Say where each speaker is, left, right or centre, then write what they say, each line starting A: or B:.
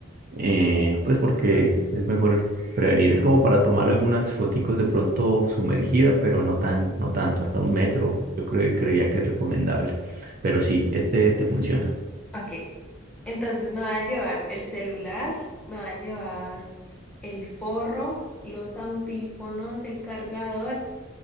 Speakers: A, on the right; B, in the centre.
A: eh, pues porque es mejor prevenir. Es como para tomar algunas foticos de pronto sumergida, pero no tan, no tanto, hasta un metro, yo creo, creería que es recomendable. Pero sí, este te funciona.
B: Ok, entonces me va a llevar el celular, me va a llevar el forro, los audífonos, el cargador